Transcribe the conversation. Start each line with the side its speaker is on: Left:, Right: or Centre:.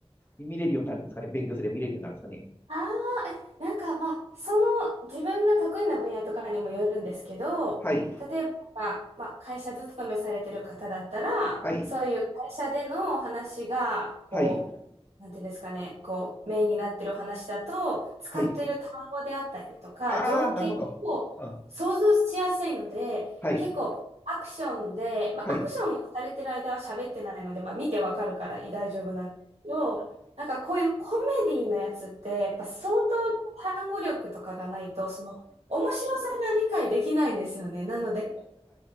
Left: 見れるようになるんですかね勉強すれば見れるようになるんですかね
Right: ああ、え、なんかまあ、その自分が得意な分野とかにもよるんですけど、
Left: はい、
Right: 例えばなんか、まあ、会社勤めされてる方だったら、
Left: はい、
Right: そういう会社での話が、こう、
Left: はい、
Right: なんていうんですかね、こう、メインになってるお話だと、使ってる単語であったりとか、
Left: はい。ああ、
Right: 情景を想像しやすいので、
Left: なるほど。うんはい、
Right: 結構、アクションで、まあ、
Left: はい。
Right: アクションされてる間は喋ってないので、まあ、見てわかるから大丈夫なんですけど、なんかこういうコメディのやつって、やっぱ相当単語力とかがないと、その面白さが理解できないんですよね。なので、